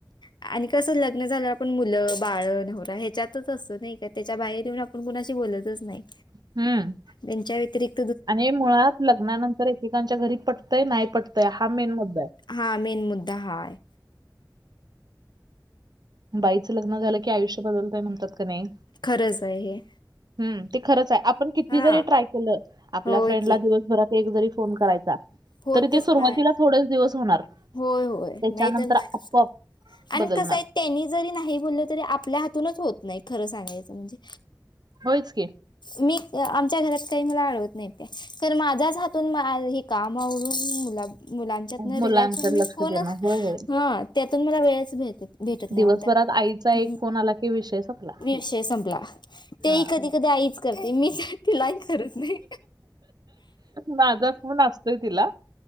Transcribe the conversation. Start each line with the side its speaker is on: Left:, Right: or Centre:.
Left: आणी कस लग्न झाल्या वर पण मुलं, बाळं, नवरा, ह्याच्यातच असतो नाही का, त्याच्या बाहेर येऊन आपण कुणाशी बोलतच नाही.
Right: हम्म हम्म.
Left: त्यांच्या व्यतरिक्त
Right: आणि मुळात लग्नानंतर एकेकांच्या घरी पटतंय, नाही पटतय, हा मेन मुद्दा हाय.
Left: हां, मेन मुद्दा हा आय.
Right: बाईचं लग्न झालं की आयुष्य बदलतय म्हणतात कणी
Left: खरंच आहे हे.
Right: हम्म. ते खरंच आहे, आपण किती
Left: हा
Right: जरी ट्राय केलं, आपल्या
Left: होय
Right: फ्रेंडला
Left: की
Right: दिवसभरात एक जरी फोन करायचा
Left: होतच
Right: तरी ते सुरुवातीला
Left: नाही
Right: थोडेच दिवस होणार,
Left: होय होय
Right: त्याच्यानंतर
Left: नाही तर नाही
Right: आपोआप
Left: आणि
Right: बदलणार.
Left: कसं आहे, त्यांनी जरी नाही बोललं तरी आपल्या हातूनच होत नाही, खरं सांगायचं म्हणजे.
Right: होयच की.
Left: मी आमच्या घरात काही मला आडवत नाहीत काय,, खरं माझ्याच हातून काम आवरून मुला मुलांच्यातन
Right: मुलांकडे
Left: रिलॅक्स होऊन, मी
Right: लक्ष
Left: फोन
Right: देणं. होय होय.
Left: ह त्यातून मला वेळच भेटत नाही
Right: दिवसभरात
Left: हो त्यांना
Right: आईचा एक फोन आला की विषय संपला.
Left: विषय संपला, ते
Right: हा.
Left: ही कधी कधी आईच करते, मी तिला ही करत नाही.
Right: माझा फोन असतोय तिला,